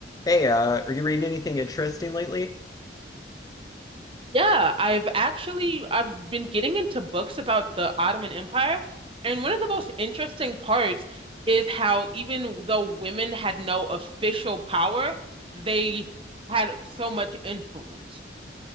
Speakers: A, on the left; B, on the right.
A: Hey, uh, are you reading anything interesting lately?
B: Yeah, I've actually I've been getting into books about the Ottoman Empire, and one of the most interesting parts is how even though women had no official power, they had so much influence.